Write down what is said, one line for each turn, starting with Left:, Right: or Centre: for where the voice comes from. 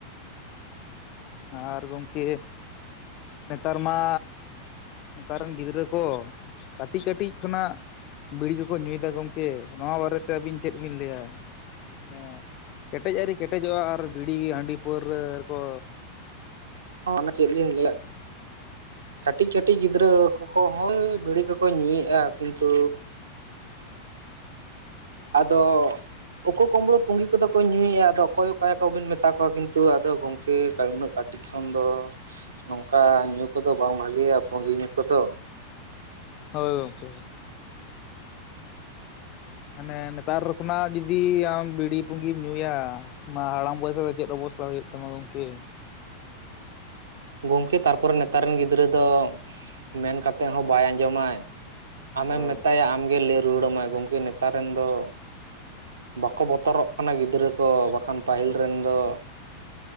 Left: ᱟᱨ ᱜᱚᱢᱠᱮ ᱱᱮᱛᱟᱨ ᱢᱟ ᱱᱮᱛᱟᱨ ᱨᱤᱱ ᱜᱤᱫᱽᱨᱟᱹ ᱠᱚ ᱠᱟᱹᱴᱤᱡ ᱠᱟᱹᱴᱤᱡ ᱠᱷᱚᱱᱟᱜ ᱵᱤᱲᱤ ᱠᱚᱠᱚ ᱧᱩᱭᱮᱫᱫᱟ ᱜᱚᱝᱠᱮ ᱱᱚᱣᱟ ᱵᱟᱨᱮᱛᱮ ᱟᱹᱵᱤᱱ ᱪᱮᱫ ᱵᱤᱱ ᱞᱟᱹᱭᱟ ᱦᱮᱸ ᱠᱮᱴᱮᱡ ᱟᱹᱨᱤ ᱠᱮᱴᱮᱡᱚᱜᱼᱟ ᱟᱨ ᱵᱤᱲᱤ ᱦᱟᱺᱰᱤ ᱯᱟᱹᱣᱨᱟᱹᱠᱚ
Right: ᱦᱚᱸ ᱚᱱᱟᱮ ᱪᱮᱫ ᱞᱤᱧ ᱞᱟᱹᱭᱟ ᱠᱟᱹᱴᱤᱡ ᱠᱟᱹᱴᱤᱡ ᱜᱤᱫᱽᱨᱟᱹ ᱠᱚᱠᱚ ᱦᱚᱭ ᱵᱷᱤᱲᱤ ᱠᱚᱠᱚ ᱧᱩᱭᱮᱫᱼᱟ ᱠᱤᱱᱛᱩ ᱟᱫᱚ ᱩᱠᱩ ᱠᱩᱢᱲᱩ ᱯᱩᱝᱜᱤ ᱠᱚᱫᱚ ᱠᱚ ᱧᱩᱭᱮᱜ-ᱟ ᱟᱫᱚ ᱚᱠᱚᱭ ᱚᱠᱟ ᱠᱚᱵᱮᱱ ᱢᱮᱛᱟ ᱠᱚᱣᱟ ᱠᱤᱱᱛᱩ ᱟᱫᱚ ᱜᱚᱢᱠᱮ ᱩᱱᱟᱹᱜ ᱠᱟᱹᱴᱤᱡ ᱮᱠᱷᱚᱱ ᱫᱚ ᱱᱚᱝᱠᱟ ᱧᱩ ᱠᱚᱫᱚ ᱵᱟᱝ ᱵᱷᱟᱹᱜᱤᱭᱟ ᱯᱩᱸᱜᱤ ᱧᱩ ᱠᱚᱫᱚ
Left: ᱦᱚᱭ ᱜᱚᱝᱠᱮ ᱦᱟᱱᱮ ᱱᱮᱛᱟᱨ ᱠᱷᱚᱱᱟᱜ ᱡᱩᱫᱤ ᱟᱢ ᱵᱤᱰᱤ ᱯᱩᱸᱜᱤᱢ ᱧᱩᱭᱟ ᱟᱢᱟᱜ ᱦᱟᱲᱟᱢ ᱵᱚᱭᱮᱥ ᱨᱮᱫᱚ ᱪᱮᱫ ᱚᱵᱚᱥᱛᱟ ᱦᱩᱭᱩᱜ ᱛᱟᱢᱟ ᱜᱚᱝᱠᱮ
Right: ᱜᱚᱢᱠᱮ ᱛᱟᱨᱯᱚᱨᱮ ᱱᱮᱛᱟᱨ ᱨᱮᱱ ᱜᱤᱫᱽᱨᱟᱹ ᱫᱚ ᱢᱮᱱ ᱠᱟᱛᱮᱫ ᱦᱚᱸ ᱵᱟᱭ ᱟᱸᱡᱚᱢᱟ ᱟᱢᱮᱢ
Left: ᱦᱳᱭ
Right: ᱢᱮᱛᱟᱭᱟ ᱟᱢᱜᱮ ᱞᱟᱹᱭ ᱨᱩᱣᱟᱹᱲ ᱟᱢᱟᱭ ᱜᱚᱝᱠᱮ ᱱᱮᱛᱟᱨ
Left: ᱦᱳᱭ
Right: ᱨᱤᱱ ᱫᱚ ᱵᱟᱠᱚ ᱵᱚᱛᱚᱨᱚᱜ ᱠᱟᱱᱟ ᱜᱤᱫᱽᱨᱟᱹ ᱠᱚ ᱵᱟᱠᱷᱟᱱ ᱯᱟᱹᱦᱤᱞ ᱨᱤᱱ ᱫᱚ